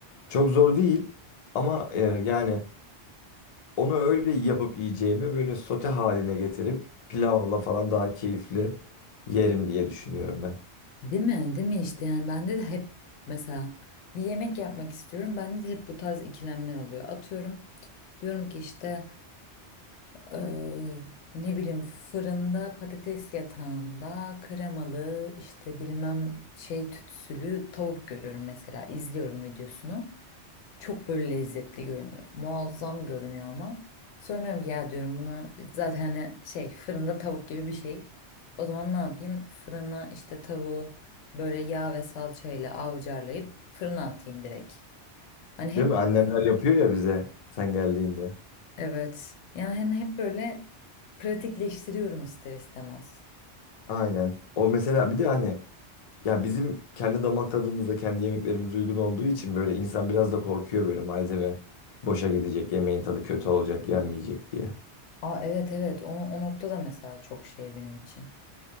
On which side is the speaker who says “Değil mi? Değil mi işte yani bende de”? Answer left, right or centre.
Left